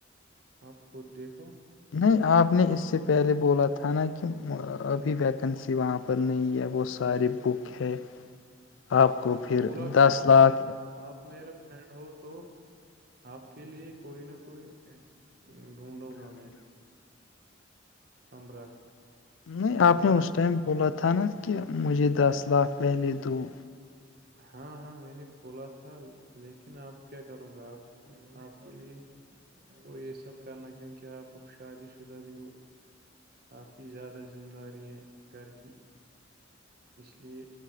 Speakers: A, on the right; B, on the left.
A: آپ خود دیکھو
B: نہیں آپ نے اس سے پہلے بولا تھا نا کہ ابھی ویکنسی وہاں پر پر نہیں ہے وہ سارے بک ہے آپ کو پھر
A: بولا
B: دس
A: تھا
B: لاکھ
A: آپ آپ میرے فرینڈ ہو تو آپ کے لیے کوئی نہ کوئی ڈھونڈوں گا میں کمرہ
B: نہیں
A: دکان
B: آپ نے اس ٹائم بولا تھا نا کہ مجھے دس لاکھ
A: ال
B: پہلے
A: شک ج
B: دو
A: <inaudible> ہاں ہاں میں نے بولا تھا لیکن آپ کیا کروں گا آپ آپ <inaudible> وہ یہ سب کرنا کیونکہ آپ اب شادی شدہ بھی ہو آپ کی زیادہ ذمہ داری ہے گھر کی اس لیے